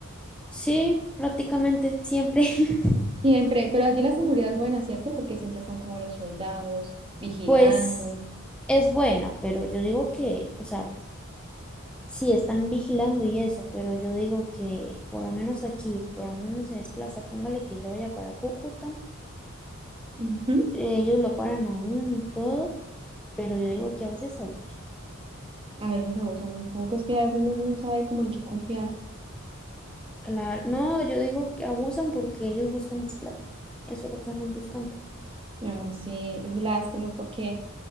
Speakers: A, in the centre; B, on the right.
A: sí, prácticamente siempre, <laughs>
B: Siempre, pero allí la seguridad es buena, ¿cierto? Porque siempre están como los soldados vigilando.
A: pues es buena, pero yo digo que, o sea, sí están vigilando y eso, pero yo digo que por lo menos aquí, por lo menos se desplaza, póngale que yo vaya para Cúcuta,
B: Ujú.
A: ellos lo paran aún y todo, pero yo digo que a veces abusan.
B: A veces abusan un poco, es que a veces uno no sabe como en qué confiar.
A: Claro, no, yo digo que abusan porque ellos buscan es plata. Eso es lo que andan buscando.
B: No, sí, es lástima porque